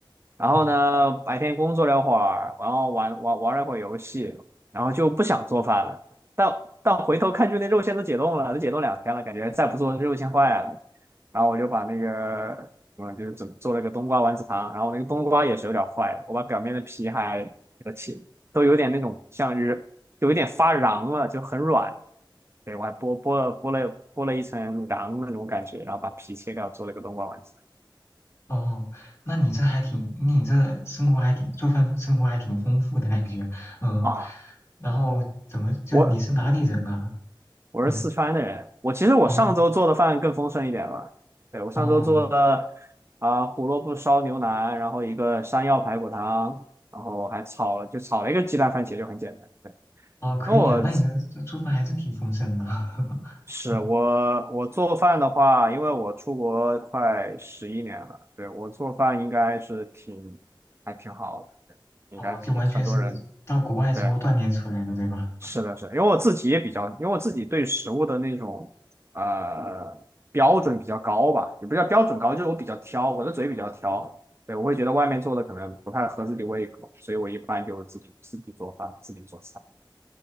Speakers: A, on the right; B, on the left.
A: 然后呢，
B: 哦，
A: 白天工作了会儿，然后玩玩玩了一会儿游戏，然后就不想做饭了。但但回头看，就那肉馅都解冻了，都解冻两天了，感觉再不做肉馅坏了。然后我就把那个，嗯，就是做做了个冬瓜丸子汤，然后那个冬瓜也是有点坏的，我把表面的皮还给它切，都有点那种像是有一点发瓤了，就很软。对，我还剥剥了剥了剥了一层瓤那种感觉，然后把皮切掉，做了个冬瓜丸子。
B: 哦，那你这还挺，你这生活还挺，做饭生活还挺丰富的感觉，嗯，
A: 啊，
B: 然后怎么就你是哪里人啊？
A: 我我是四川的人，
B: 嗯，
A: 我其实我上周做的饭更丰盛一点吧。
B: 哦，
A: 对，我上周做了啊、
B: 哦，
A: 胡萝卜烧牛腩，然后一个山药排骨汤，然后还炒了就炒了一个鸡蛋番茄，就很简单。对，
B: 哦，可以啊，
A: 那我
B: 那你的做饭还真挺丰盛的，<laughs>
A: 是我我做饭的话，
B: 嗯，
A: 因为我出国快十一年了，对，我做饭应该是挺还挺好的，对应该比很多人
B: 哦，就完全是到国外之后锻炼出来的，
A: 对。
B: 对吧？
A: 是的，是的因为我自己也比较，因为我自己对食物的那种呃标准比较高吧，也不叫标准高，就是我比较挑，我的嘴比较挑，对，我会觉得外面做的可能不太合自己胃口，所以我一般就自己自己做饭，自己做菜。